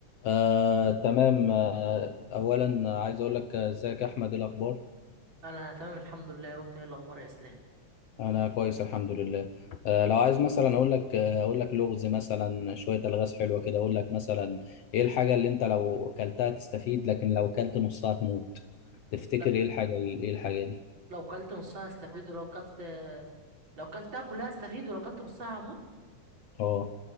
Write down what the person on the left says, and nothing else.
آه، تمام آه، أولا عايز أقول لك آه، إزيك يا أحمد إيه الأخبار؟
أنا كويس الحمد لله آه، لو عايز مثلا أقول لك آه، أقول لك لغز مثلا شوية ألغاز حلوة كده أقول لك مثلا إيه الحاجة اللي أنت لو كلتها تستفيد لكن لو كلت نصها تموت تفتكر
إيه الحاجة إيه الحاجة دي؟
أه